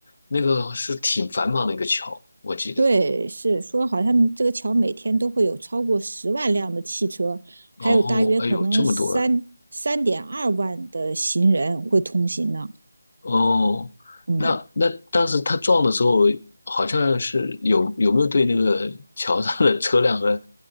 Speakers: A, on the left; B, on the right.
A: 那个是挺繁忙的一个桥，我记得。
B: 对，是说好像这个桥每天都会有超过十万辆的汽车，还有大约可能三三点二万的行人会通行呢。
A: 哦，哎呦，这么多哦，
B: 嗯，
A: 那那当时他撞的时候，好像是有有没有对那个 <laughs> 桥上的车辆和